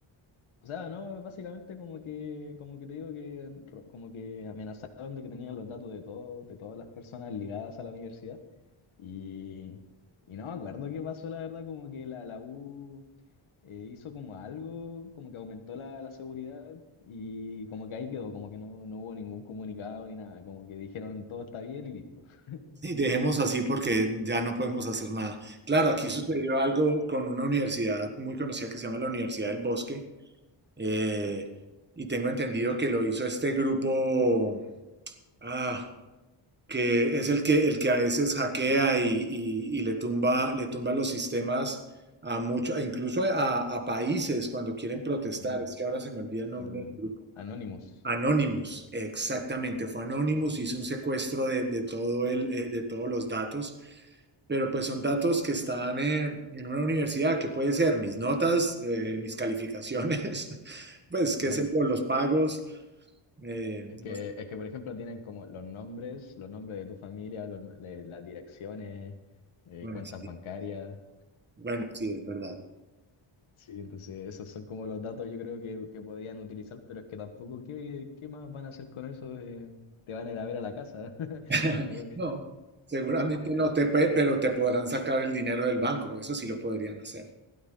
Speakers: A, on the left (about 70°); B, on the right (about 20°).
A: O sea, no, básicamente como que, como que te digo que ro- como que amenazaron de que tenían los datos de todo, de todas las personas ligadas a la universidad y, y no me acuerdo qué pasó, la verdad, como que la, la U eh, hizo como algo, como que aumentó la, la seguridad y como que ahí quedó, como que no, no hubo ningún comunicado ni nada, como que dijeron todo está bien y listo. <laughs>
B: Y dejemos así porque ya no podemos hacer nada. Claro, aquí
A: Sí.
B: sucedió algo con una universidad muy conocida que se llama la Universidad del Bosque. eh, y tengo entendido que lo hizo este grupo ah, que es el que, el que a veces hackea y, y- y le tumba, le tumba los sistemas a muchos, incluso a, a países cuando quieren protestar.
A: Ah,
B: Es que ahora se me olvida el nombre
A: El
B: del grupo.
A: Anonymous,
B: Anonymous, exactamente, fue Anonymous, hizo un secuestro de, de todo el, eh, de todos los datos pero pues son datos que están en, en una universidad, que puede ser mis notas, eh, mis calificaciones, <laughs> pues qué
A: claro.
B: sé yo, los pagos. eh,
A: Es que,
B: no sé,
A: es que, por ejemplo, tienen como los nombres, los nombres de tu familia, los- le- las direcciones, eh,
B: bueno,
A: cuentas
B: sí,
A: bancarias.
B: bueno, sí, es verdad.
A: Sí, entonces esos son como los datos yo creo que, que podrían utilizar, pero es que tampoco, ¿qué, qué más van a hacer con eso? Eh, te van a ir a ver a la casa. <laughs>
B: <laughs>
A: Igual,
B: No, seguramente no te puede, pero te podrán sacar el dinero del banco, eso sí lo podrían hacer.